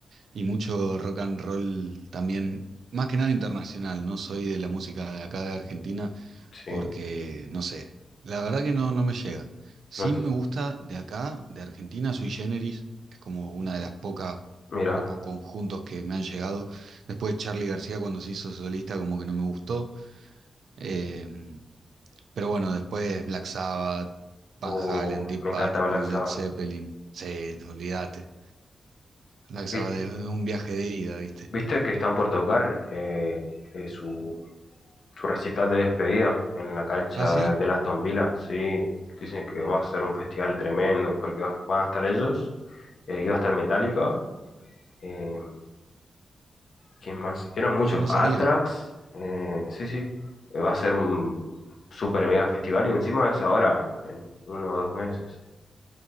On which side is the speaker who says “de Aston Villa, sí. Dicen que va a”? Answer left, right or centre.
Left